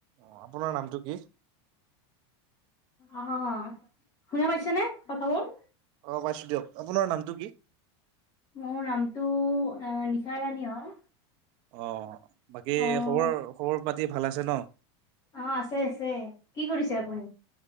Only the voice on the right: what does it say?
অ' আপোনাৰ নামটো কি?
অ পাইছো দিয়ক আপোনাৰ নামটো কি।
অ', বাকী
খবৰ খবৰ পাতি ভাল আছে ন?
অ'